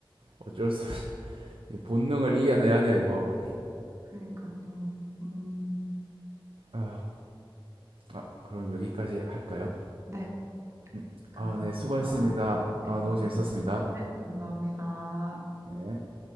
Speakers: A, on the right (about 80°); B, on the right (about 30°).
A: 어쩔 수 없이 <laughs> 이 본능을 이겨내야 돼요 이거
B: 그니까요. 음,
A: 아, 아 그럼 여기까지 할까요?
B: 네,
A: 음.
B: 감사합니다.
A: 아, 네, 수고했습니다.
B: 네,
A: 아, 너무 재밌었습니다.
B: 네, 감사합니다.
A: 네.